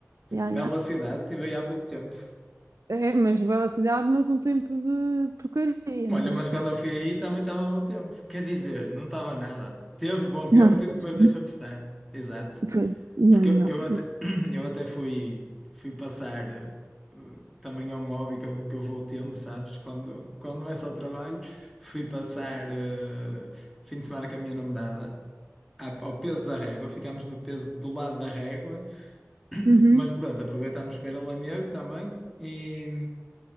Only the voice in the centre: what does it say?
bela
cidade, estive aí há pouco tempo.
Olha,
mas quando eu fui aí também estava bom tempo. Quer dizer, não estava nada. Teve bom tempo
e depois deixou de estar. Exato.
Porque eu, eu até,
<clears throat> eu até fui, fui passar. eh, Também é um hobby que eu, que eu vou tendo, sabes? Quando, quando não é só trabalho, fui passar eh, fim de semana com a minha namorada à- ao peso da régua. Ficámos no peso do lado da régua. <clears throat>
Mas pronto, aproveitámos para ir a Lamego também. E,